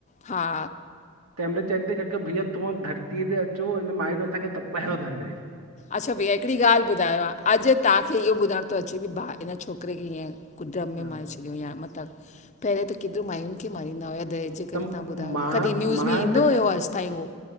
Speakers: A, on the left; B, on the right.
A: हा
B: तंहिंहिल चईन ता अगर भईया तूं धरती ते अचो हिन माईयुनि असांखे तपायो तन।
A: अच्छा भईया हिकड़ ॻाल्हि ॿुधायो अॼु तव्हांखे इहो ॿुधाइण थो अचे भा हिन छोकिरे खे ईअं कु ड्रम में
B: हा
A: मारे छॾे या मतलब पहिरियों त केतिरी माययुनि खे मारींदा हुया दहेज जे करे
B: त
A: तव्हां ॿुधायो
B: मां
A: कॾहिं न्यूज़
B: मां
A: में ईंदो
B: हिन
A: हुयो अॼु ताईं उहो